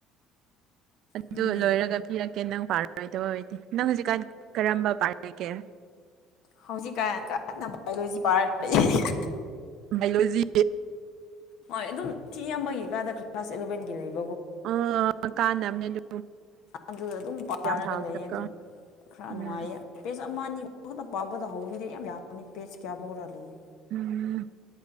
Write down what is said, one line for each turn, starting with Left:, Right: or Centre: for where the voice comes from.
Right: ꯑꯗꯨ
Left: ꯑꯗꯨꯅꯦ
Right: ꯂꯣꯏꯔꯒ ꯄꯤꯔꯛꯀꯦ ꯅꯪ ꯄꯥꯔꯣꯏꯗꯣꯏ ꯑꯣꯏꯔꯗꯤ ꯅꯪ ꯍꯧꯖꯤꯛꯀꯥꯟ ꯀꯔꯝꯕ ꯄꯥꯔꯤꯒꯦ
Left: ꯍꯧꯖꯤꯛꯀꯥꯟ ꯀꯥꯟꯅ ꯕꯥꯌꯣꯂꯣꯖꯤ ꯄꯔ ꯂꯩꯌꯦ ꯍꯥ ꯍꯥ ꯍꯥ
Right: ꯕꯥꯏꯂꯣꯖꯤ
Left: ꯍꯣꯏ ꯑꯗꯨꯝ ꯊꯤ ꯌꯥꯝꯕꯒꯤꯀꯥꯗ ꯀ꯭ꯂꯥꯁ ꯑꯦꯂꯚꯦꯟꯒꯤ ꯂꯩꯕ
Right: ꯑꯥ ꯀꯥꯟꯅꯃꯦ ꯑꯗꯨ
Left: ꯑꯗꯨꯗ ꯑꯗꯨꯝ ꯄꯥꯔꯒ
Right: ꯊꯥꯕꯗꯀꯣ
Left: ꯂꯩꯌꯦ ꯑꯗꯨꯝ ꯈꯔ
Right: ꯎꯝ
Left: ꯅꯨꯡꯉꯥꯏꯌꯦ ꯄꯦꯁ ꯑꯃ ꯑꯅꯤ ꯈꯛꯇ ꯄꯥꯕꯗ ꯍꯧꯔꯤꯗꯤ ꯑꯩ ꯌꯥꯝ ꯌꯥꯝꯃꯦ ꯄꯦꯁ ꯀꯌꯥꯕꯧꯔ ꯂꯩꯌꯦ
Right: ꯎꯝ